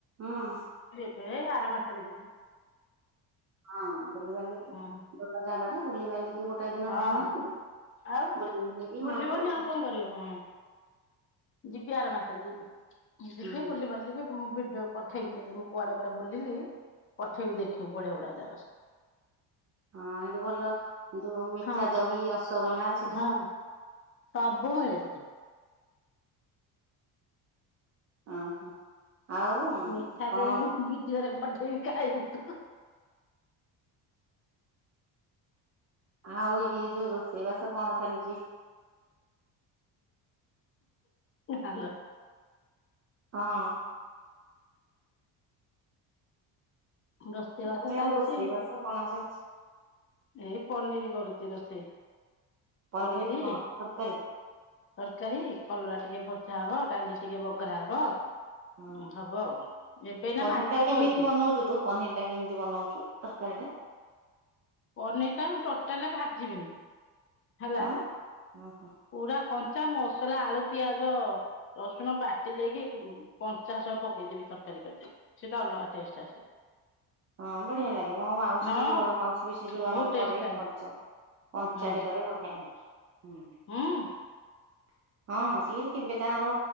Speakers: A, on the right (about 40°); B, on the left (about 30°).
A: ହୁଁ।
B: ଏ ଆର ମାସରେ ଯିବି।
A: ହଁ ବୁଲି ବାଲିକି
B: ହଁ
A: ଭଲ ଜାଗା ଟା ବୁଲି ବାଲିକି ଗୋଟ ଗୋଟାଏ ଦିନ
B: ହଁ
A: ରହନ୍ତୁ ବୁଲା
B: ଆଉ
A: ବାଲିକି
B: ବୁଲିବନି
A: ମା ପୁଅ
B: ଆଉ କଣ କରିବ ହଁ ଯିବି ଆର ମାସରେ ଯିବି
A: ହୁଁ
B: ଯିବି ବୁଲି ବାଲିବି ଫୁ ଭିଡ଼ିଓ ପଠେଇବି ତତେ ମୁଁ କୁଆଡେ କୁଆଡେ ବୁଲିଲି ପଠେଇବି ଦେଖିବୁ ବଢିଆ ବଢିଆ ଜାଗା ସବୁ।
A: ହଁ ଏଠି ଭଲ ଯୋଉ ମିଠା
B: ହଁ
A: ଦହି ରସଗୋଲା ସେଠି
B: ହଁ
A: ସବୁ
B: ସବୁ ମିଳେ ସେଠୀ।
A: ଅଁ ହଁ ଆଉ
B: ମିଠା
A: କଣ
B: ଦହିବି ମୁଁ ଭିଡ଼ିଓ ରେ ପଠେଇବି ଖାଇବୁୁ ତୁ।
A: ଆଉ ଇଏ ଯୋଉ ରୋଷେଇ ବାସ କଣ ଚାଲିଚି?
B: ହାଲୋ।
A: ହଁ।
B: ରୋଷେଇ
A: ମୁଁ କହିଲି
B: ବାସ ଚାଲିଚି।
A: ଆଉ <unintelligible>
B: ଏଇ ପନିରି କରୁଚି ରୋଷେଇ।
A: ପନିର
B: ପନିରି
A: କଣ ତରକାରୀ
B: ତରକାରୀ, କଲରା ଟିକେ ଭଜା ହବ ଡାଲି ଟିକେ ବଘରା ହବ।
A: ହଁ
B: ଉଁ ହବ ଆଉ। ଏବେ ଏଇନା
A: ପନିର
B: ଭାତ
A: ଟା କେମିତି
B: ବଇଚି।
A: ବନଉଛୁ ତୁ ପନିର ଟା କେମିତି ବନଉଚୁ ତରକାରୀ ଟା?
B: ପନିର୍ ଟାକୁ ଟୋଟାଲେ ଭାଜିବିନି ହେଲା।
A: ଆଉ ଓହୋ
B: ପୁରା କଞ୍ଚା ମସଲା ଆଳୁ ପିଆଜ ରସୁଣ ବାଟି ଦେଇକି କଞ୍ଚାଶହ ପକେଇଦେବି ତରକାରୀ କରିଦେବି। ସେଟା ଅଲଗା ଟେଷ୍ଟ ଆସିବ।
A: ହଁ ବଢିଆ ଲାଗେ। ମୋ ମାଉସୀ
B: ହଁ
A: ବି ବଡ ମାଉସୀ ବି ସେ ଯୋଉ ଆମର
B: ବହୁତ ଟେଷ୍ଟ
A: କରେ,
B: ଲାଗେ
A: କଞ୍ଚା କଞ୍ଚାରେ
B: ହୁଁ
A: କରେ ବଢିଆ ଲାଗେ। ହୁଁ।
B: ହୁଁ
A: <inaudible> ହଁ ହଁ ସିଏ କେବେ ତାଙ୍କର